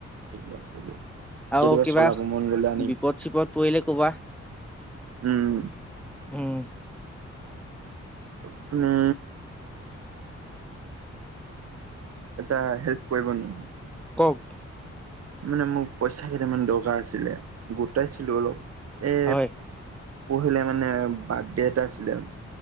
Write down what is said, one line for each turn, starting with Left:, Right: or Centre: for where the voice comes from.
Right: ঠিকে আছে দিয়া
Centre: আৰু
Right: কেতিয়াবা
Centre: কিবা
Right: চলাব মন গলে আনিম,
Centre: বিপদ চিপদ পৰিলে ক'বা
Right: উম।
Centre: উম,
Right: আপুনি এটা হেল্প কৰিব নি?
Centre: কওক
Right: মানে মোক পইচা কেইটামান দৰকাৰ আছিলে গোটাইছিলো অলপ এ
Centre: হয়
Right: এম পঢ়িলে মানে বাৰ্থডে এটা আছিলে